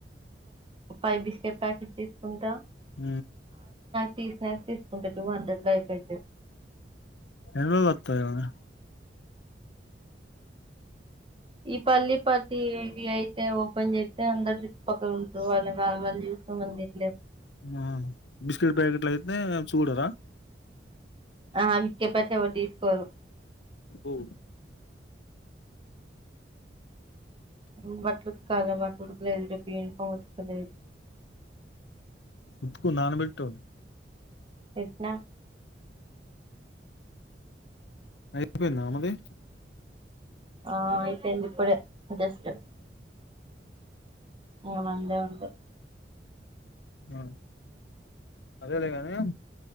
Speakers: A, on the right (about 30°); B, on the left (about 80°).
A: ఫై బిస్కెట్ ప్యాకెట్ తీసుకుంటా
B: ఉ
A: టీ స్నాక్స్ తీసుకుంటే టూ హండ్రెడ్ల అయిపోతది
B: ఎన్ రోజులు వత్తయ్ అవి
A: ఈ పల్లి పతీ ఇవి అయితే ఓపెన్ చేత్తె అందరూ చుట్టు పక్కల ఉంటురూ వాళ్ళె గా మంది తిసుకోమని తిన్
B: ఉ బిస్కెట్ ప్యాకెట్లు అయితే చూడరా
A: ఆ అవిచ్చెపటె ఎవర్ తీసుకోరు
B: ఉమ్
A: నువ్ బట్లుతకలే మా కొడుకులది రేప్ యూనిఫమ్ ఉతకలేదు
B: ఉత్కు నానబెట్టు
A: పెట్నా
B: అయిపోయిందా ఆమది
A: ఆ అయిపొయింది ఇప్పుడే జస్ట్ ఇగ మండే ఉంటాయ్
B: ఉ అదేలేగానీ